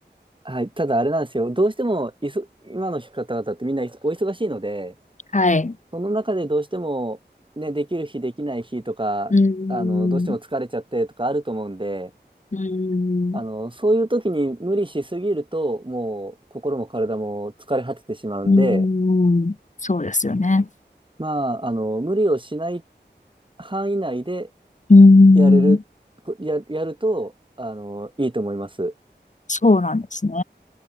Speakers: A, on the right; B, on the left.
A: はい、ただあれなんですよ、どうしてもいそ今の方々ってみんないそお忙しいので、
B: はい。
A: その中でどうしても、ね、できる日、できない日とか、
B: うーん、
A: あのどうしても疲れちゃってとかあると思うんで、
B: うーん、
A: あのそういう時に無理しすぎると、もう心も体も疲れ果ててしまうんで、
B: うーん、そうですよね。
A: まあ、あの無理をしない範囲内で
B: うーん、
A: やれる、こや、やるとあのいいと思います。
B: そうなんですね。